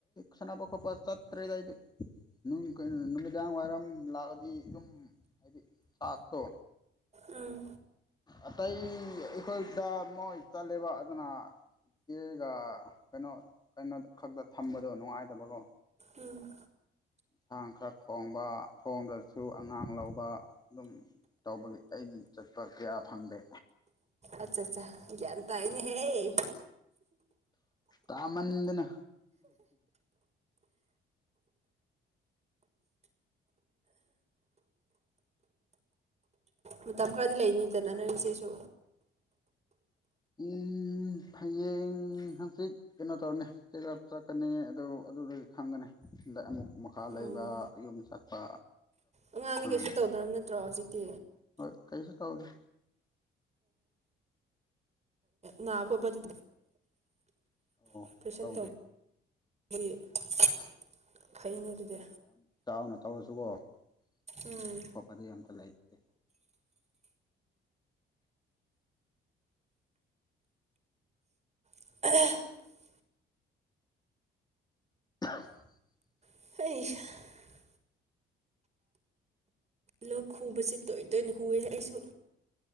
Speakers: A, on the left; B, on the right.
A: ꯁꯥꯟꯅꯕ ꯈꯣꯠꯄ ꯆꯠꯇ꯭ꯔꯦꯗꯗꯤ ꯀꯩꯅꯣ ꯅꯨꯃꯤꯗꯥꯡ ꯋꯥꯏꯔꯝ ꯂꯥꯛꯑꯗꯤ ꯑꯗꯨꯝ ꯍꯥꯏꯗꯤ ꯆꯥꯛꯇꯣ
B: ꯎꯝ
A: ꯑꯇꯩ ꯑꯩꯈꯣꯏꯗ ꯃꯣꯏ ꯆꯠꯂꯦꯕ ꯑꯗꯨꯅ ꯏ ꯀꯦꯒ ꯀꯩꯅꯣ ꯀꯩꯅꯣ ꯈꯛꯇ ꯊꯝꯕꯗꯣ ꯅꯨꯡꯉꯥꯏꯇꯕꯀꯣ
B: ꯎꯝ
A: ꯁꯥ ꯈꯔ ꯊꯣꯡꯕ ꯊꯣꯡꯗ꯭ꯔꯁꯨ ꯑꯉꯥꯡ ꯂꯧꯕ ꯑꯗꯨꯝ ꯇꯧꯕꯒꯤ ꯑꯩꯗꯤ ꯆꯠꯄ ꯀꯌꯥ ꯐꯪꯗꯦ
B: ꯑꯠꯆꯥ ꯑꯠꯆꯥ ꯒ꯭ꯌꯥꯟ ꯇꯥꯏꯅꯦ ꯍꯦ
A: ꯀꯥꯃꯟꯗꯅ
B: ꯃꯇꯝ ꯈꯔꯗꯤ ꯂꯩꯅꯤꯗꯅ ꯅꯣꯏ ꯏꯆꯦꯁꯨ
A: ꯎ ꯍꯌꯦꯡ ꯍꯪꯆꯤꯠ ꯀꯩꯅꯣ ꯇꯧꯔꯅꯤ ꯆꯦꯞ ꯆꯠꯀꯅꯤ ꯑꯗꯨ ꯑꯗꯨꯗ ꯈꯪꯒꯅꯤꯗ ꯑꯃꯨꯛ ꯃꯈꯥ ꯂꯩꯕ
B: ꯎꯝ
A: ꯌꯨꯝ ꯆꯠꯄ
B: ꯑꯉꯥꯡꯗꯤ
A: ꯈꯪ
B: ꯀꯩꯁꯨ
A: ꯉꯥꯅꯤ
B: ꯇꯧꯗ꯭ꯔꯕ ꯅꯠꯇ꯭ꯔꯣ ꯍꯧꯖꯤꯛꯇꯤ
A: ꯍꯣꯏ ꯀꯩ ꯇꯧꯎꯗꯦ
B: ꯅꯥ ꯈꯣꯠꯄꯗꯤ
A: ꯑꯣ
B: ꯑꯣꯄ꯭ꯔꯦꯁꯟ
A: ꯇꯧꯗꯦ
B: <unintelligible> ꯑꯗꯨꯗꯤ
A: ꯌꯥꯝ ꯆꯥꯎꯅ ꯇꯧ <unintelligible>
B: ꯎꯝ
A: ꯅꯥꯕ ꯈꯣꯠꯄꯗꯣ ꯌꯥꯝ ꯇꯜꯂꯦ ꯑꯩ ꯗꯤ
B: <unintelligible>
A: <unintelligible>
B: <unintelligible> ꯂꯣꯛ ꯈꯨꯕꯕꯁꯤ ꯇꯣꯏ ꯇꯣꯏꯅ ꯈꯨꯋꯤ ꯑꯩꯁꯨ